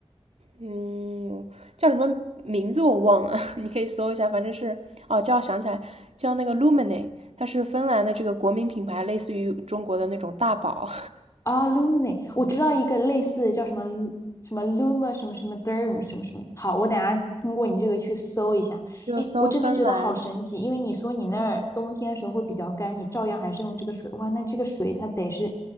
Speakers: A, on the right (about 80°); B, on the left (about 30°).
A: 嗯，叫什么名字我忘了，<laughs> 你可以搜一下，反正是，哦，叫想起来，叫那个 Lumene，它是芬兰的这个国民品牌，类似于中国的那种大宝。
B: 啊，Lumni，i 我知道一个类似的叫什么 Lu- 什么 Luma 什么什么 Derm 什么什么。好，我等下通过你这个去搜一下。
A: <laughs> 就搜芬兰
B: 哎，我真的觉得好神奇，因为你说你那儿冬天的时候会比较干，你照样还是用这个水。哇，那这个水它得是